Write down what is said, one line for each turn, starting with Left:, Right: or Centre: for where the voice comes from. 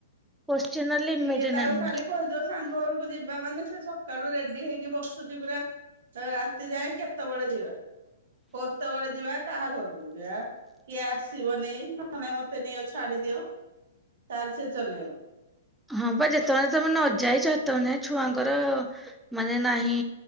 Centre: କୋଶ୍ଚିିନ ର
Right: ସିଏ
Centre: ଲିମିଟ
Right: ତାକୁ
Centre: ନାହିଁ।
Right: ଖାଲି କହିଦବ ସାଙ୍ଗ ବେଳକୁ ଯିବା ମାନେ ସେ ସକାଳୁ ରେଡି ହେଇକି ବସୁଛି ପରା ରାତି ଯାଏ କେତେବେଳେ ଯିବା ଖୋସ୍ତ ବଳେ ଯିବା କାହା ଘର ବୁ <unintelligible> କିଏ ଆସିବନି ନହେ ନାଇ ମତେ ନେଇଅ ଛାଡିଦିଅ ତାର ସେ ଚଲେଇବ
Centre: ହଁ ବା ଯେତେବେଳେ ତମେ ନ ଯାଇଛ ସେତେବେଳେ ଛୁଆଙ୍କର ମାନେ ନାହିଁ